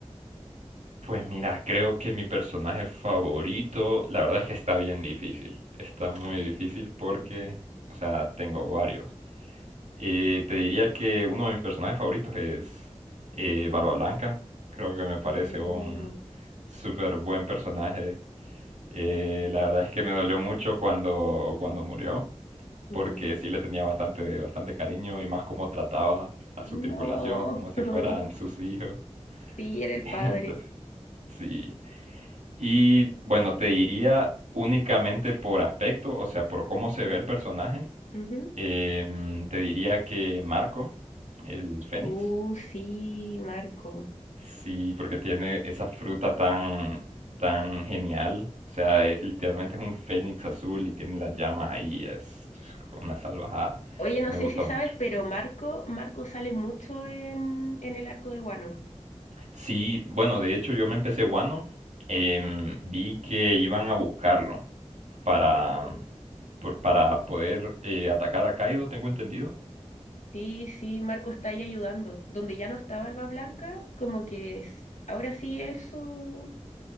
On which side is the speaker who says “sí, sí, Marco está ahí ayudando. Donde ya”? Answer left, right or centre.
Left